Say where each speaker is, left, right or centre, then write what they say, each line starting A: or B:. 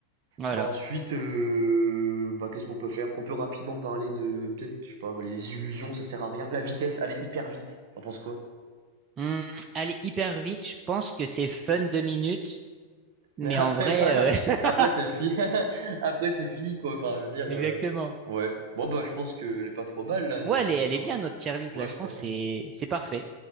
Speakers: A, on the right; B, on the right.
A: Voilà.
B: Bah, ensuite, euh, bah, qu'est-ce qu'on peut faire? On peut rapidement parler de. Peut-être, je sais pas, bah, les illusions, ça sert à rien. La vitesse, aller hyper vite. T'en penses quoi?
A: Hum, aller hyper vite, je pense que c'est fun deux minutes, mais
B: Mais après,
A: en vrai,
B: <laughs> voilà,
A: euh, <laughs>
B: après c'est fini. <laughs> Après c'est fini quoi. Enfin, je veux dire,
A: Exactement.
B: euh, ouais. Bon bah, je pense qu'elle est pas trop mal là notre
A: Ouais, elle
B: tier
A: est,
B: list
A: elle
B: en
A: est bien,
B: vrai.
A: notre tier list,
B: Ouais,
A: là. Je
B: c'est
A: pense
B: pas mal.
A: que c'est c'est parfait.